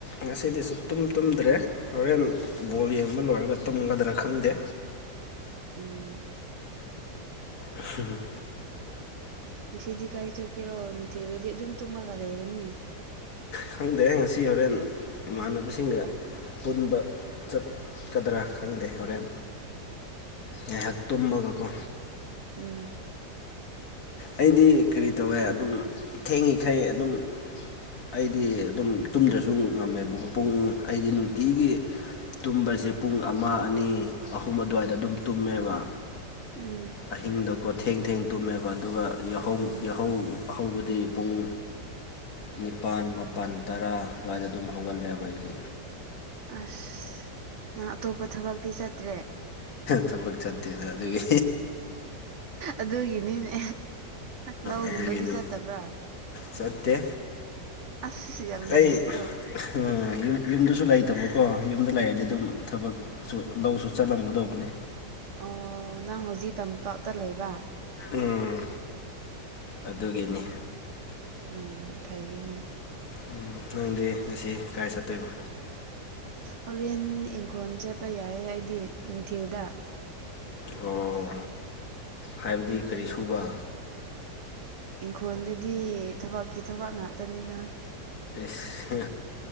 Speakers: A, on the left (about 65°); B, on the right (about 50°).
A: ꯉꯁꯤꯗꯤ ꯁꯨꯛ ꯇꯨꯝ ꯇꯨꯝꯗ꯭ꯔꯦ ꯍꯣꯔꯦꯟ ꯕꯣꯜ ꯌꯦꯡꯕ ꯂꯣꯏꯔꯒ ꯇꯨꯝꯒꯗ꯭ꯔꯥ ꯈꯪꯗꯦ
B: ꯎꯝ
A: ꯍꯨꯝ
B: ꯉꯁꯤꯗꯤ ꯀꯥꯏ ꯆꯠꯀꯦꯔꯣ ꯅꯨꯡꯊꯤꯜꯗꯗꯤ ꯑꯗꯨꯝ ꯇꯝꯃꯒ ꯂꯩꯔꯅꯤ
A: ꯈꯪꯗꯦ ꯉꯁꯤ ꯍꯣꯔꯦꯟ ꯏꯃꯥꯟꯅꯕꯁꯤꯡꯒ ꯄꯨꯟꯕ ꯆꯠꯀꯗ꯭ꯔꯥ ꯈꯪꯗꯦ ꯍꯣꯔꯦꯟ ꯉꯥꯏꯍꯥꯛ ꯇꯨꯝꯃꯒꯀꯣ
B: ꯎꯝ
A: ꯑꯩꯗꯤ ꯀꯔꯤ ꯇꯧꯋꯦ ꯑꯗꯨꯝ ꯊꯦꯡꯉꯤꯈꯩ ꯑꯗꯨꯝ ꯑꯩꯗꯤ ꯑꯗꯨꯝ ꯇꯨꯝꯗ꯭ꯔꯁꯨ ꯉꯝꯃꯦꯕ ꯄꯨꯡ ꯑꯩꯗꯤ ꯅꯨꯡꯇꯤꯒꯤ ꯇꯨꯝꯕꯁꯦ ꯄꯨꯡ ꯑꯃ ꯑꯅꯤ ꯑꯍꯨꯝ ꯑꯗꯨꯋꯥꯏꯗ ꯑꯗꯨꯝ ꯇꯨꯝꯃꯦꯕ
B: ꯎꯝ
A: ꯑꯍꯤꯡꯗꯀꯣ ꯊꯦꯡ ꯊꯦꯡ ꯇꯨꯝꯃꯦꯕ ꯑꯗꯨꯒ ꯌꯥꯍꯧ
B: ꯎꯝ
A: ꯌꯥꯍꯧ ꯍꯧꯕꯗꯤ ꯄꯨꯡ ꯅꯤꯄꯥꯜ ꯃꯥꯄꯜ ꯇꯔꯥ ꯑꯗꯨꯋꯥꯏꯗ ꯑꯗꯨꯝ ꯍꯧꯒꯠꯂꯦꯕ ꯑꯩꯗꯤ
B: ꯑꯁ ꯅꯪ ꯑꯇꯣꯞꯄ ꯊꯕꯛꯇꯤ ꯆꯠꯇ꯭ꯔꯦ
A: ꯊꯕꯛ ꯆꯠꯇꯦꯗ ꯑꯗꯨꯒꯤ
B: ꯑꯗꯨꯒꯤꯅꯤꯅꯦ ꯂꯧꯒꯨꯝꯕꯗꯤ
A: ꯑꯗꯨꯒꯤꯅꯤ
B: ꯆꯠꯇꯕ꯭ꯔꯥ
A: ꯆꯠꯇꯦ
B: ꯑꯁ ꯌꯥꯝ ꯅꯨꯡꯉꯥꯏꯀꯣ
A: ꯑꯩ ꯐ ꯌꯨꯝ ꯌꯨꯝꯗꯁꯨ ꯂꯩꯇꯕꯀꯣ ꯌꯨꯝꯗ ꯂꯩꯔꯗꯤ ꯑꯗꯨꯝ ꯊꯕꯛ ꯁꯨ ꯂꯧꯁꯨ ꯆꯠꯂꯝꯒꯗꯧꯕꯅꯤ
B: ꯑꯣ ꯅꯪ ꯍꯧꯖꯤꯛ ꯇꯝꯄꯥꯛꯇ ꯂꯩꯕ
A: ꯎꯝ ꯑꯗꯨꯒꯤꯅꯤ
B: ꯎꯝ ꯐꯩꯑꯦꯅꯦ
A: ꯎ ꯅꯪꯗꯤ ꯉꯁꯤ ꯀꯥꯏ ꯆꯠꯇꯣꯏꯕ
B: ꯍꯣꯔꯦꯟ ꯏꯪꯈꯣꯜ ꯆꯠꯄ ꯌꯥꯏꯑꯦ ꯑꯩꯗꯤ ꯅꯨꯡꯊꯤꯜꯗ
A: ꯎ ꯑꯣ ꯍꯥꯏꯕꯗꯤ ꯀꯔꯤ ꯁꯨꯕ
B: ꯏꯪꯈꯣꯜꯗꯗꯤ ꯊꯕꯛꯀꯤ ꯊꯕꯛ ꯉꯥꯛꯇꯅꯤꯗ
A: ꯁ